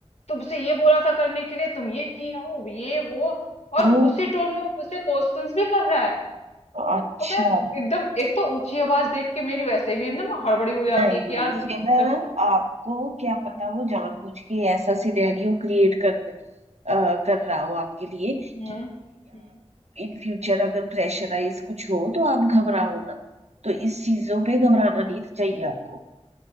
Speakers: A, on the left; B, on the right.
A: तुमसे ये बोला था करने के लिए तुम ये किए हो ये वो
B: ओ,
A: और उसी टोन में वो मुझसे क्वेश्चंस भी कर रहा है
B: अच्छा
A: और मैं एकदम एक तो ऊंची आवाज देख के मेरी वैसे भी एकदम हड़बड़ी हो जाती
B: नहीं
A: है कि यार मतलब
B: फिर ना आपको क्या पता वो जानबूझ के ऐसा सिनेरियो क्रिएट कर अ, कर रहा हो आपके लिए
A: हम्म
B: कि
A: हम्म
B: इन फ्यूचर अगर प्रेशराइज कुछ हो तो आप घबराओ ना तो इस चीजों पे घबराना नहीं चाहिए आपको